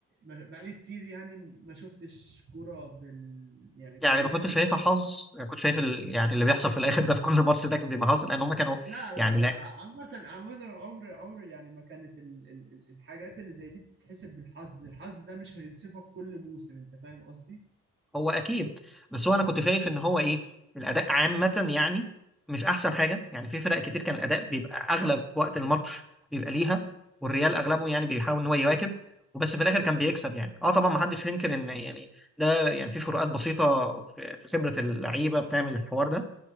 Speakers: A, on the right; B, in the centre.
A: آه، بقالي كتير يعني ما شفتش كورة بال يعني
B: يعني
A: كويسة
B: ما كنتش
A: كده
B: شايفها حظ يعني كنت شايف ال... يعني اللي بيحصل في الاخر ده في كل ماتش ده كان بيبقى حظ لان هم كانوا
A: لا لا
B: يعني لا
A: لا عامة عامة عمر عمر يعني ما كانت ال- ال- ال- الحاجات اللي زي دي بتتحسب بالحظ الحظ ده مش هينصفك كل موسم انت فاهم قصدي
B: هو اكيد بس هو انا كنت شايف ان هو ايه الاداء عامه يعني مش احسن حاجه يعني في فرق كتير كان الاداء بيبقى اغلب وقت الماتش بيبقى ليها والريال اغلبه يعني بيحاول ان هو يواكب وبس في الاخر كان بيكسب يعني اه طبعا ما حدش ينكر ان يعني ده يعني في فروقات بسيطه في في خبره اللعيبه بتعمل الحوار ده